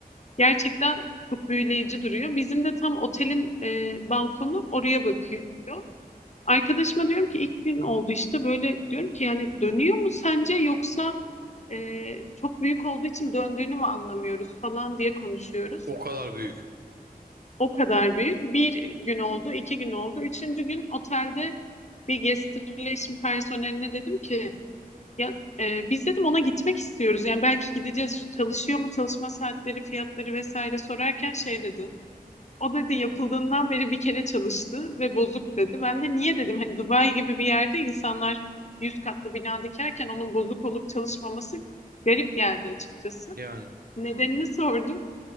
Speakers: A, on the left; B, on the right.
A: gerçekten çok büyüleyici duruyor. Bizim de tam otelin e, balkonu oraya bakıyor. Arkadaşıma diyorum ki ilk gün oldu işte böyle diyorum ki yani dönüyor mu sence yoksa e, çok büyük olduğu için döndüğünü mü anlamıyoruz falan diye konuşuyoruz.
B: O kadar büyük.
A: O kadar büyük. Bir gün oldu, iki gün oldu. Üçüncü gün otelde bir guest relation personeline dedim ki ya e, biz dedim ona gitmek istiyoruz. Yani belki gideceğiz çalışıyor mu çalışma saatleri fiyatları vesaire sorarken şey dedi. O dedi yapıldığından beri bir kere çalıştı ve bozuk dedi. Ben de niye dedim hani Dubai gibi bir yerde insanlar yüz katlı bina dikerken onun bozuk olup çalışmaması garip geldi açıkçası.
B: Yani.
A: Nedenini sordum.